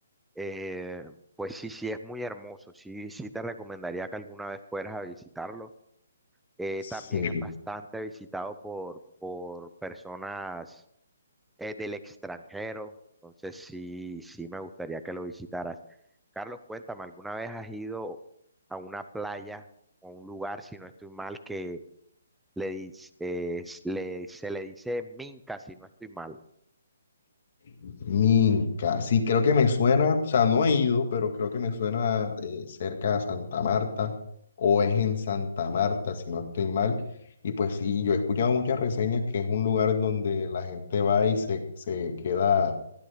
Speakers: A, in the centre; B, on the left.
A: Eh, pues sí, sí, es muy hermoso. Sí, sí te recomendaría que alguna vez fueras a visitarlo. Eh,
B: Sí.
A: también es bastante visitado por, por personas eh, del extranjero. Entonces sí, sí me gustaría que lo visitaras. Carlos, cuéntame, ¿alguna vez has ido a una playa o un lugar, si no estoy mal, que le, dis- eh, le- se le dice Minca, si no estoy mal?
B: Minca, sí, creo que me suena, o sea, no he ido, pero creo que me suena eh, cerca a Santa Marta o es en Santa Marta, si no estoy mal. Y pues sí, yo he escuchado muchas reseñas que es un lugar donde la gente va y se, se queda